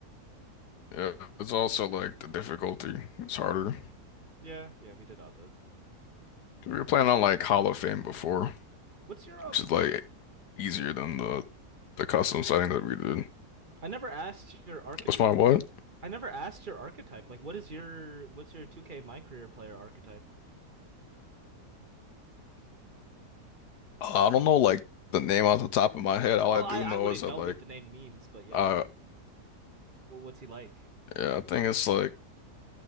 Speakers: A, on the left; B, on the right.
A: Yeah, it's also like the difficulty. It's harder.
B: Yeah, yeah, we did up it.
A: We were playing on like Hall of Fame before,
B: What's your um?
A: which is like
B: What
A: easier than the the custom setting that we did.
B: I never asked your archetype.
A: What's my what?
B: I never asked your archetype. Like, what is your what's your 2K my career player archetype?
A: I
B: Yeah.
A: don't know like the name off the top of my head. All
B: Well,
A: I do
B: I I
A: know
B: wouldn't
A: is that
B: know
A: like
B: what the name means, but yeah.
A: uh
B: Well, well, what's he like?
A: yeah, I think it's like